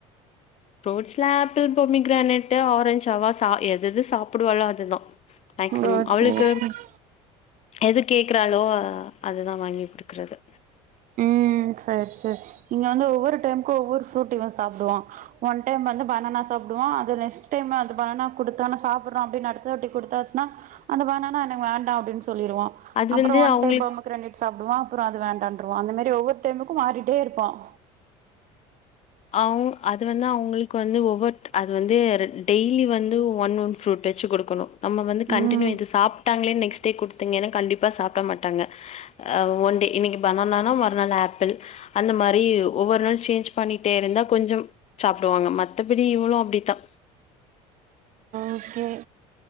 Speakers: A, on the left; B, on the right.
A: ரோட்ஸ்லாப்பிள் பொமி கிரானேட்டு் ஆரஞ்சாவா எது எது சாப்பிடுவாலோ அதுதான் மேக்சிமம்
B: ஓ
A: அவளுக்கு
B: சேரி சேரி
A: எது கேக்குறாலோ அதுதான் வாங்கி குடுக்குறது
B: ஹம் சரி சரி நீங்க வந்து ஒவ்வொரு டைமுக்கும் ஒவ்வொரு ஃப்ரூட் இவன் சாப்பிடுவான் ஒன் டைம் வந்து பனானா சாிடுவான் அது நெக்ஸ்ட் டைம் அந்த பனானா கொடுத்தானா சாப்பிடுற அப்படனு அடுத்த வாட்டி கொடுத்தாச்சுா அந்த பனானா எனக்கு வேண்டாம் அப்படின்னு சொல்லிடுவோம்
A: அது
B: அப்புறம்
A: வந்து
B: ஒன்
A: அவங்களுக்கு
B: டைம் பொமகிரேணட் சாப்பிடுவோம் போறாது வேண்டாம் வ அந்த மாதிரி ஒவ்வொரு டைமுக்கும் மாறிட்டே இருப்பான்
A: அவ அது வந்து அவங்களுக்கு வந்து ஒவ்வொரு அது வந்து டெய்லி வந்து ஒன் ஒன் ஃரூட் வச்சு கொடுக்கணும் நம்ம வந்து கன்டினியூ
B: ம்
A: இது சாப்பிட்டாங்களே நெக்ஸ்ட் டே குடுத்துதிங்கன கண்டிப்பா சாப்பிட மாட்டாங்க ஒன்டே இன்னைக்கு பணாண மறுநாள் ஆப்பிள் அந்த மாறி ஒவ்வொரு நாள் சேஞ் பண்னி ட்டே இருந்தா கொஞ்சம் சாப்பிடுவாங்க மத்தபடி இவ்ளும் அப்படித்தான்
B: ஓகே